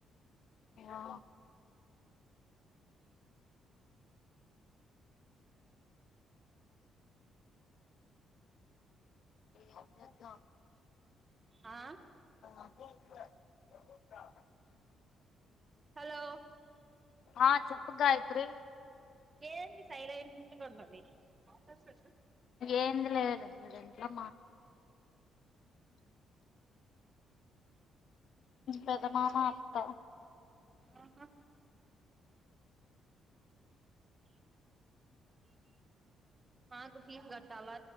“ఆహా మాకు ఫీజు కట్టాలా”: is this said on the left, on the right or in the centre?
Right